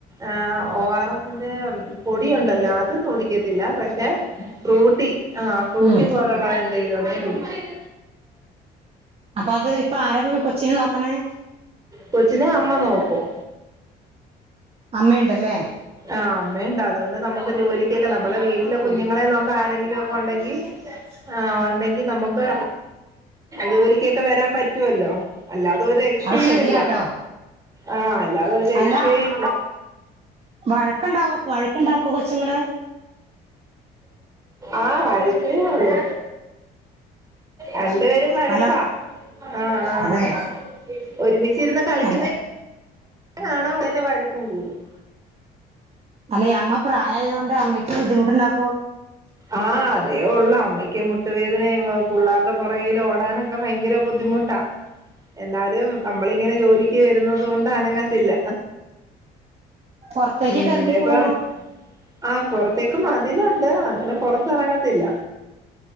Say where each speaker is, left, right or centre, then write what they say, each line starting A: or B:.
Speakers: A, on the right; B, on the right.
A: ആഹ് ഒ ആർ എസിന്റെ പൊടി ഉണ്ടല്ലോ അത് കുടിക്കത്തില്ല പക്ഷെ ഫ്രൂട്ടി ആ ഫ്രൂട്ടി
B: ഉം
A: പോലുള്ള എന്തെലും ഉണ്ടെങ്കി കുടിക്കും
B: അപ്പൊ അത് ഇപ്പ ആര ഇപ്പൊ ഈ കൊച്ചിനെ നോക്ണേ
A: കൊച്ചിനെ അമ്മ നോക്കും
B: അമ്മ ഇണ്ടല്ലേ
A: ആഹ് അമ്മ ഇണ്ട് അതുകൊണ്ട് നമുക്ക് ജോലിക്കൊക്കെ നമ്മെളെ വീട്ടിലെ കുഞ്ഞുങ്ങളെ നോക്കാൻ ആരെങ്കിലും ഒക്കെ ഉണ്ടെങ്കി
B: <unintelligible>
A: ആഹ് ഒണ്ടെങ്കി നമുക്ക് ജോലിക്കൊക്കെ വരാൻ പറ്റുവല്ലോ അല്ലാതെ ഓല് രക്ഷയുല്ല
B: അത് ശരിയാട്ടോ
A: ആഹ അല്ലാതൊരു രക്ഷയുല്ല
B: അല്ല വഴക്കുണ്ടാവോ വഴക്കുണ്ടാക്കോ കൊച്ചുങ്ങള്
A: ആഹ വഴക്കേ ഒള്ളു രണ്ടുപേരും വഴക്കാ
B: അല്ല
A: ആഹ ആഹ
B: അതെ
A: ഒരുമിചിരിന്ന് കളിക്കുന്നേ
B: അല്ല
A: കാണം ഇങ്ങനെ വഴക്കും കൂടും
B: അല്ലെ അമ്മ പ്രായായോണ്ട് അമ്മക്ക് ബുദ്ധിമുട്ടുണ്ടാക്കോ
A: ആഹ് അതേ ഉള്ളു അമ്മയ്ക്ക് മുട്ടുവേദനേം പുള്ളാരുടെ പുറകേല് ഓടാനൊക്കെ ഭയങ്കര ബുദ്ധിമു ട്ടാ എന്നാലും നമ്മളിങ്ങനെ ജോലിക്ക് വരുന്നതോണ്ട് അനങ്ങത്തില്ല
B: പുറത്തേക്കൊക്കെ
A: ഉം ഇഞ്ഞിപ്പം
B: ഇറങ്ങി പോവോ
A: ആ പൊറത്തേക്ക് മതിലുണ്ട് അങ്ങനെ പൊറത്ത് ഇറങ്ങത്തില്ല